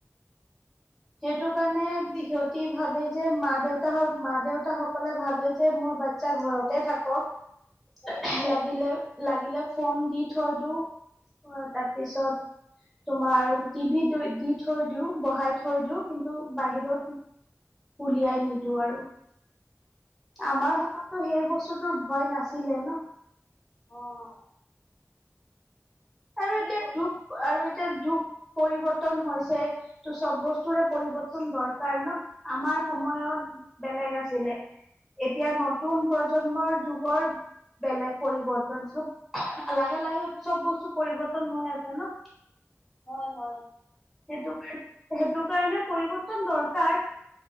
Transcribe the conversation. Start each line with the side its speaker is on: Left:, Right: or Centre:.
Centre: সেইটো কাৰণে সিহঁতি ভাবে যে মা দেউতা হওঁক মা দেউতা সকলে ভাবে যে মোৰ বা বাচ্ছা ঘৰতে থাকক
Left: সেইটোয়ে
Centre: লাগিলে। লাগিলে ফোন দি থৈ দিওঁ, তাৰপিছত তোমাৰ টিভিত দি থৈ দিওঁ বহাই থৈ দিওঁ, কিন্তু বাহিৰত উলিয়াই নিদো আৰু।
Left: সেইটোতো
Centre: আমাৰ সময়ততো সেই বস্তুটোৰ ভয় নাছিলে ন।
Left: অ'।
Centre: আৰু
Left: কি
Centre: এতিয়া
Left: কৰি
Centre: যুগ আৰু এতিয়া যুগ পৰিৱৰ্তন হৈছে। ত' চব বস্তুৰে পৰিৱৰ্তন দৰকাৰ ন, আমাৰ সময়ত বেলেগ আছিলে। এতিয়া নতুন প্ৰজন্মৰ যুগৰ বেলেগ পৰিবৰ্তন চব, লাহে- লাহে চব বস্তু পৰিৱৰ্তন হৈ আছে ন।
Left: হয়-হয়।
Centre: সেইটো কাৰ, সেইটো কাৰণে পৰিৱৰ্তন দৰকাৰ।